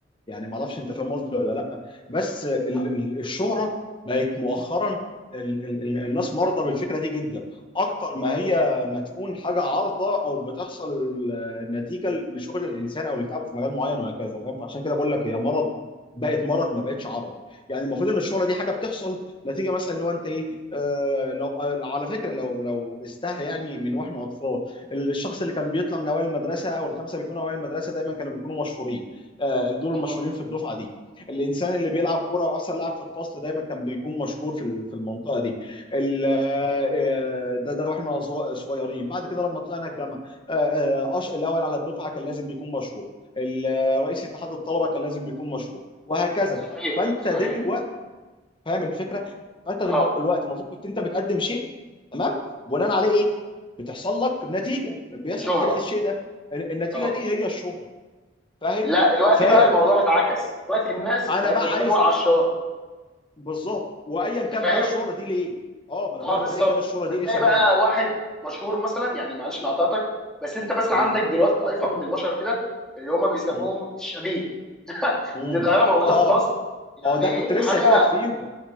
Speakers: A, on the left; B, in the centre.
A: يعني ما اعرفش انت فاهم قصدي ولا لا بس ال-
B: لا
A: ال- الشهره بقت مؤخرا ال- ال- ال- الناس مرضى بالفكره دي جدا اكتر ما هي ما تكون حاجه عارضه او بتحصل آه، نتيجه لشغل الانسان او لتعبه في مجال معين وهكذا فاهم فعشان كده بقول لك هي مرض بقت مرض ما بقتش عرض يعني المفروض ان الشهره دي حاجه بتحصل نتيجه مثلا اللي هو انت ايه آه لو آه، لو على فكره لو لو استهى يعني من واحنا اطفال الشخص اللي كان بيطلع من اوائل المدرسه او الخمسه بيكونوا اوائل المدرسه دايما كانوا بيكونوا مشهورين آه دول المشهورين
B: اه
A: في الدفعه دي الانسان اللي بيلعب كوره واحسن لاعب في الفصل دايما كان بيكون مشهور في ال- في المنطقه دي ال- آه، آه، ده ده واحنا صغ- صغيرين بعد كده لما طلعنا الجامعه آه، آه، أش- الاول على الدفعه كان لازم بيكون مشهور ال- آه، رئيس اتحاد الطلبه كان لازم بيكون مشهور وهكذا
B: صحيح
A: فانت
B: صحيح
A: دلوقتي فاهم الفكره فانت دلم-
B: اه
A: دلوقتي المفروض كنت انت بتقدم شيء تمام بناء عليه ايه بتحصل لك نتيجه بيحصل
B: شهره
A: نتيجه للشيء ده ال- النتيجه
B: اه
A: دي هي الشهره فاهم
B: لا دلوقتي
A: فانا
B: بقى الموضوع اتعكس دلوقتي الناس
A: بقى
B: بقت بتدور
A: عايز
B: على الشهره
A: آه، بالظبط وايا
B: انت
A: كان
B: فاهم
A: بقى الشهره دي ليه اه ما انا بقول
B: اه بالظبط
A: لك وايا كان الشهره دي
B: هتلاقي
A: ايه سببها
B: بقى واحد مشهور مثلا يعني معلش انا قطعتك بس انت بس عندك
A: مم.
B: دلوقتي طائفه من البشر كده اللي هم بيسموهم
A: مم.
B: الشبيه <laughs>
A: مم.
B: دي ظاهره موجوده
A: اه
B: في مصر يعني
A: ما هو ده كنت لسه
B: حاجه
A: هجيلك فيهم